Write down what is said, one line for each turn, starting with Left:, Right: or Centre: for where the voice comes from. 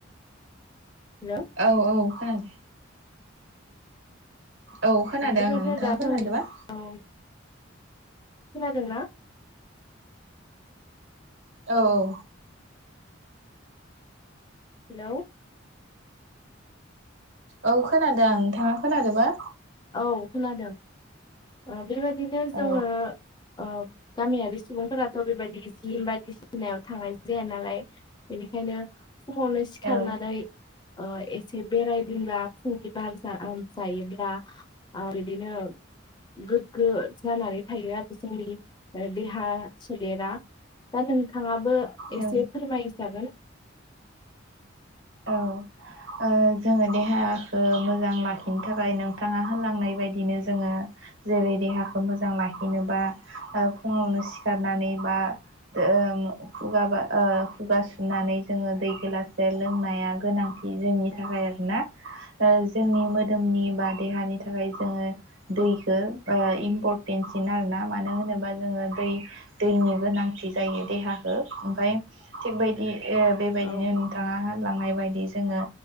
Left: हेलौ!
Right: औ-औ खोनादो। औ खोनादो
Left: ओ बेबायदिनो
Right: आङो नोंथाङा
Left: दा जों
Right: खोनादोबा?
Left: औ खोनादोंना?
Right: औ-औ।
Left: हेलौ!
Right: औ खोनादो नोंथाङा खोनादोबा?
Left: औ खोनादों ओ बेबायदिनो
Right: औ
Left: जोङो ओ। गामियारि सुबुंफोराथ' बेबायदि जिम बायदिसि। सिनायाव थांनाय जाया नालाय बेनिखायनो फुङावनो सिखारनानै।
Right: औ
Left: ओ एसे बेरायदोंब्ला फुंनि बार जा ओ जायोब्ला। आ बिदिनो‌‌। गोग्गो जानानै थायो आरो जोंनि ओ देहा सोलेरा। दा नोंथाङाबो
Right: औ
Left: एसे फोरमायजागोन।
Right: औ। ओ जोङो देहाखो मोजां लाखिनो थाखाय नोंथाङा होनलांनाय बायदिनो जोङो। जेरै देहाखो मोजां लाखिनोबा फुङावनो सिखारनानै बा। ओ ओं खुगा बा ओ खुगा सुनानै जोङो दै गिलासे। लोंनाया गोनांथि जोंनि थाखाय आरोना। ओ जोंनि मोदोमनि बा देहानि थाखाय जोङो। दैखो ओ इम्परटेनसिन आरोना मानो होनोबा जोङो दै। दैनि गोनांथि जायो देहाखो ओमफाय थिग बादि ओ बेबायदिनो
Left: औ औ
Right: नोंथां। दा होनलांनाय बायदि जोङो।